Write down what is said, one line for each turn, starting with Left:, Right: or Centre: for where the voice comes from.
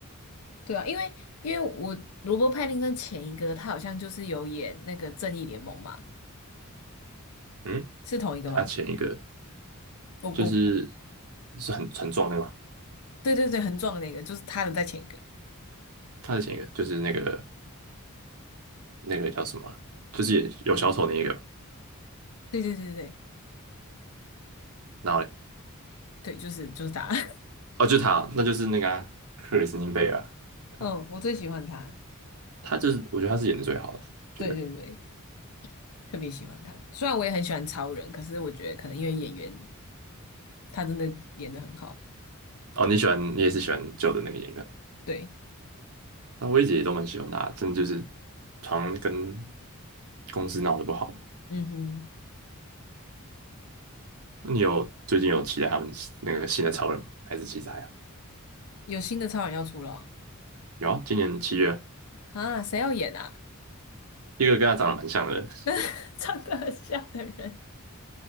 Left: 对啊，因为因为我罗伯·派丁森前一个他好像就是有演那个《正义联盟》嘛，
Right: 嗯，
Left: 是同一个吗？
Right: 他前一个
Left: 我我
Right: 就是是很很壮那个嘛，
Left: 对对对，很壮的那个，就是他的在前一个。
Right: 他的前一个就是那个那个叫什么啊就是演有小丑那一个，
Left: 对对对对对
Right: 然后嘞
Left: 对，就是就是他。<laughs>
Right: 哦，就是他哦，那就是那个啊克里斯汀贝尔啊，他
Left: 嗯，我最喜欢他。
Right: 他就是我觉得他是演的最好的，觉得
Left: 对对对，特别喜欢他。虽然我也很喜欢超人，可是我觉得可能因为演员他真的演得很好。
Right: 哦，你喜欢你也是喜欢旧的那个演员啊，
Left: 对，
Right: 那我一直也都蛮喜欢他，真的就是常常跟公司闹得不好。
Left: 嗯哼，
Right: 那你有最近有期待他们那个新的超人吗？还是期待啊？
Left: 有新的超人要出了哦
Right: 有啊，今年七月啊，
Left: 啊，谁要演啊？
Right: 一个跟他长得蛮像的人，
Left: <laughs> 长得很像的人，